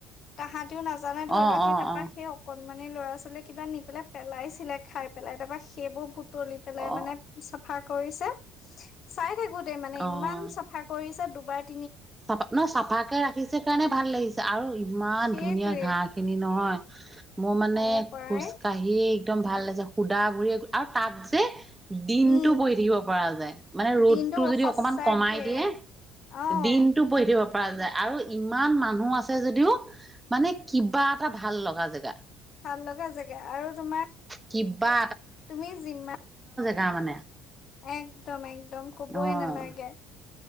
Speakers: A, on the left (about 55°); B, on the right (about 15°).
A: তাহাঁতিও নাজ নাজানে ধৰি
B: অ
A: লওঁক সেই
B: অ
A: তাৰপা
B: অ
A: সেই অক মানে ল'ৰা-ছোৱালীয়ে কিবা নি পেলাই পেলাইছিলে খাই পেলাই তাৰপা সেইবোৰ বুট তল পেলাই
B: অ
A: মানে চাফা কৰিছে চাই থাক গোতেই মানে
B: অ
A: ইমান
B: অ
A: চফা কৰিছে। ডুবাইত
B: চাফা ন চাফাকে ৰাখিছে কাৰণে ভাল লাগিছে আৰু ইমান
A: সেইটোৱে
B: ধুনীয়া ঘাঁহখিনি নহয়। হয়। মই মানে
A: অ পৰাই
B: খোজ কাঢ়ি একদম ভাল লাগছে সুদা গুৰি আৰু তাত যে দিনতটো
A: উম
B: বহি থাকিব পৰা যায় মানে ৰ'দটো
A: দিনটো
B: যদি
A: সঁচাকে
B: অকমান কমাই দিয়ে।
A: অ
B: টো পঢ়ি দিব পৰা যায় আৰু ইমান মানুহ আছে যদিও মানে কিবা এটা ভাল লগা জেগা
A: ভাল লগা জেগা আৰু তোমাৰ
B: কিবা
A: তুমি যিমান
B: গা মানে।
A: একদম, একদম। একদম ক'বই
B: অ'।
A: নালাগে।